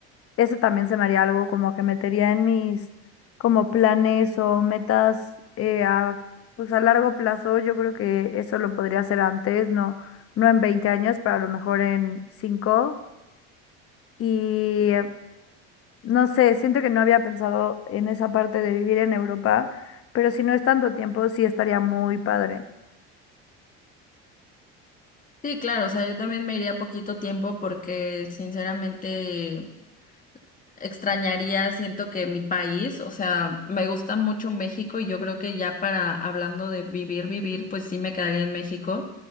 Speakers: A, on the left; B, on the left.
A: Eso también se me haría algo como que metería en mis como planes o metas eh, a, pues a largo plazo. Yo creo que eso lo podría hacer antes, no, no en 20 años, pero a lo mejor en cinco Y no sé, siento que no había pensado en esa parte de vivir en Europa, pero si no es tanto tiempo, sí estaría muy padre.
B: Sí, claro, o sea, yo también me iría poquito tiempo porque sinceramente extrañaría, siento que mi país, o sea, me gusta mucho México y yo creo que ya para hablando de vivir, vivir, pues sí me quedaría en México,